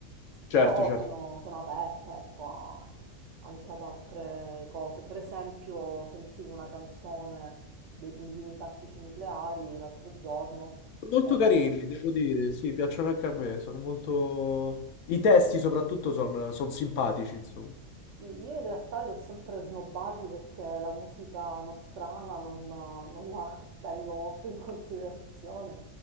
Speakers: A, on the right (about 65°); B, on the left (about 75°).
A: però
B: Certo, certo.
A: sono, sono aperta, ecco, a- anche ad altre cose. Per esempio, sentivo una canzone dei Pinguini Tattici Nucleari l'altro giorno.
B: Molto
A: eh,
B: carini, devo dire, sì, piacciono anche a me, sono molto... I testi soprattutto sono simpatici, insomma.
A: Io in realtà li ho sempre snobbati perché la musica nostrana non, non la <laughs> tengo molto in considerazione,